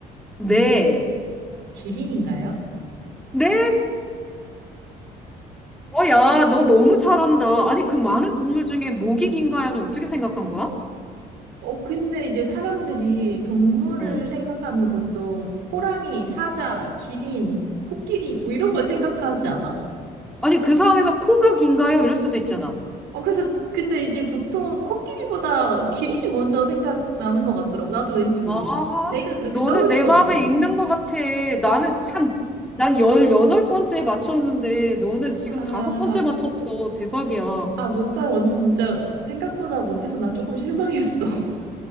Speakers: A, in the centre; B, on the right.
A: 네.
B: 기린인가요?
A: 네! 어, 야, 너 너무 잘한다. 아니, 그 많은 동물 중에 목이 긴가요는 어떻게 생각한 거야?
B: 어, 근데 이제 사람들이 동물을
A: 응.
B: 생각하면 보통 호랑이, 사자, 기린, 코끼리 뭐 이런 걸 생각하지 않아?
A: 아니, 그 상황에서 코가 긴가요? 이럴 수도 있잖아.
B: 어, 그래서 근데 이제 보통 코끼리보다 기린이 먼저 생각나는 것 같더라고. 나도 왠지 모르겠어.
A: 아,
B: 내가 그렇게
A: 너는
B: 떠올릴
A: 내
B: 것
A: 마음을
B: 같았어.
A: 읽는 것 같아. 나는 참, 난 18번째 맞췄는데, 너는 지금
B: 아,
A: 다섯 번째 맞췄어. 대박이야.
B: 아, 못 살아. 언니 진짜 생각보다 못해서 나 조금 실망했어. <laughs>